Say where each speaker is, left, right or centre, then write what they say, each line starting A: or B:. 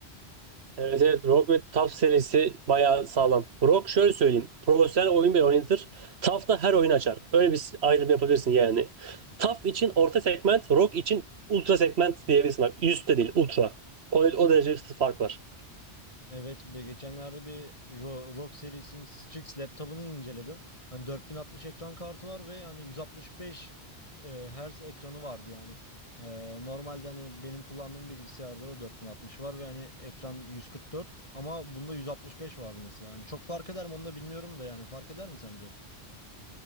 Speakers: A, on the right (about 75°); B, on the left (about 30°).
A: Evet, evet. ROG ve TAF serisi bayağı sağlam. ROG şöyle söyleyeyim. Profesyonel oyun bile oynatır. TAF da her oyun açar. Öyle bir ayrım yapabilirsin yani. TAF için orta segment, ROG için ultra segment diyebilirsin. Bak, üst değil, ultra. O, o derece bir fark var.
B: Evet, be- geçenlerde bir Ro- ROG serisinin Strix laptopunu inceledim. Hani 4060 ekran kartı var ve hani 165 e, Hz ekranı vardı yani. E, normalde hani benim kullandığım bilgisayarda da 4060 var ve hani ekran 144 ama bunda 165 vardı mesela. Hani çok fark eder mi onu da bilmiyorum da yani fark eder mi sence?